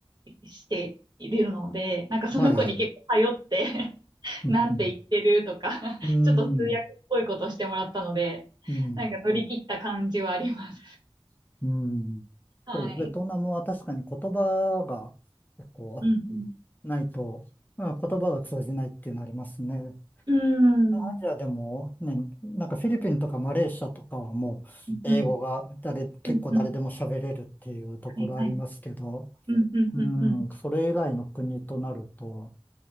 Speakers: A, on the right; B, on the left.
A: しているので、なんかその子に結構頼って
B: はい。うんうん
A: なんて言ってるとか <laughs>
B: うん、
A: ちょっと通訳っぽいことしてもらったので、
B: うん、
A: なんか乗り切った感じはあります。
B: うん。
A: はい。
B: そう、ベトナムは確かに言葉が結構
A: うん、うん。
B: ないと、まあ、言葉が通じないっていうのありますね。
A: うーん、
B: アジアでもね、なんかフィリピンとかマレーシアとかはもう英語が誰、
A: うん、
B: 結構誰でも喋れるっていうところありますけど、
A: うん、うん。はい、はい。うん、うん、
B: うん、
A: うん、うん。
B: それ以外の国となると、